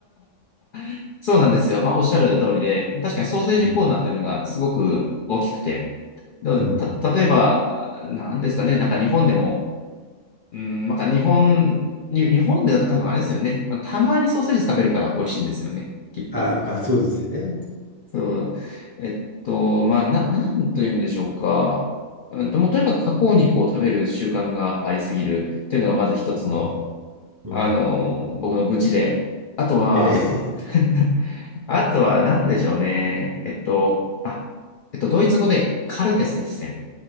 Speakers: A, on the left (about 85°); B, on the right (about 25°).
A: <laughs> そうなんですよ。まあ、おっしゃる通りで、確かにソーセージコーナーっていうのがすごく大きくて、
B: <laughs> うん。
A: だた、
B: うん。
A: 例えば、なんですかね、なんか日本でも、うん、なんか日本、に日本でだと多分あれですよね。あのたまにソーセージ食べるから美味しいんですよね、きっと。
B: ああ、まあそうですよね。
A: そう。えっと、まあ、な、なんというんでしょうか。うんと、もうとにかく加工肉を食べる習慣がありすぎるっていうのがまず一つの、
B: ああ。うん。
A: あの、僕の愚痴で。あとは、
B: ええ。
A: <laughs> あとは何でしょうね。えっと、あ、えっと、ドイツ語でカルテスエッセン。